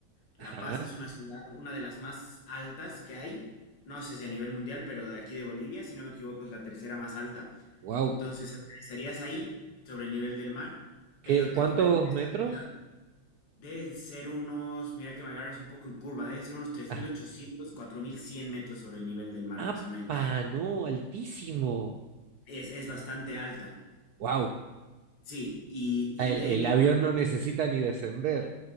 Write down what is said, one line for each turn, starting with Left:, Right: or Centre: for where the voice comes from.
Left: La
Right: ajá,
Left: Paz es una ciudad, una de las más altas que hay, no sé si a nivel mundial, pero de aquí de Bolivia, si no me equivoco, es la tercera más alta.
Right: wow,
Left: Entonces aterrizarías ahí, sobre el nivel del mar,
Right: ¿qué,
Left: pero te
Right: cuántos
Left: comento que esta
Right: metros?
Left: ciudad debe ser unos, mira que me agarras un poco en curva, deben ser unos tres
Right: <laughs>
Left: mil ochocientos cuatro mil cien metros sobre el nivel del mar, más
Right: ¡Apa!
Left: o menos.
Right: No, altísimo.
Left: Es, es bastante alta,
Right: ¡Wow!
Left: sí, y, y
Right: El,
Left: de ahí,
Right: el
Left: mira,
Right: avión no necesita ni descender.